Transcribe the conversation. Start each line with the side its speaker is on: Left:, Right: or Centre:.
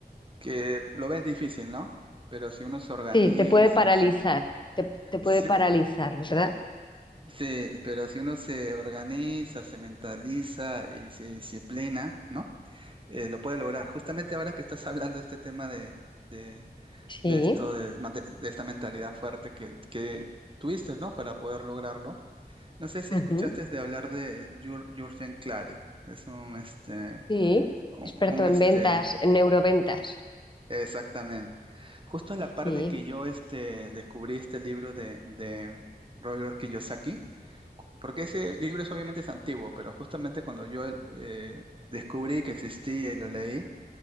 Right: que lo ves difícil, ¿no? Pero si uno se organiza,
Left: Sí, te puede paralizar,
Right: se,
Left: te, te puede
Right: se-
Left: paralizar, ¿verdad?
Right: sí, pero si uno se organiza, se mentaliza y se disciplina, ¿no? Eh, lo puede lograr. Justamente ahora que estás hablando de este tema de, de,
Left: Sí,
Right: de esto, de, mante- de esta mentalidad fuerte que, que tuviste, ¿no? Para poder lograrlo. No sé si
Left: ujú,
Right: escuchaste de hablar de Jür- Jürgen Klarik, que es un, este,
Left: Sí,
Right: un,
Left: experto
Right: un,
Left: en
Right: este,
Left: ventas, en neuroventas.
Right: Exactamente. Justo en la parte
Left: Sí.
Right: que yo este, descubrí este libro de, de Robert Kiyosaki, cu- porque ese libro es obviamente es antiguo, pero justamente cuando yo eh, descubrí que existía y lo leí,